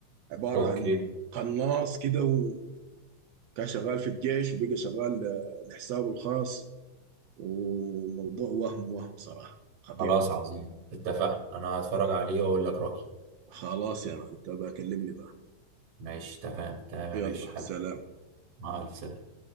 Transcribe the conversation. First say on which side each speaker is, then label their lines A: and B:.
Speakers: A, on the right; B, on the right.
A: عبارة
B: اوكي
A: عن قناص كده و كان <clears throat> شغال في الجيش وبقى شغال ل- لحسابه الخاص وموضوع وهم وهم صراحة خطير
B: خلاص عظيم اتفقنا انا هتفرج عليه واقول لك رايي
A: خلاص يا مان انت بكلمني بقى
B: ماشي تمام تمام
A: يلا
B: يا باشا حبيبي
A: سلام
B: مع الف سلامه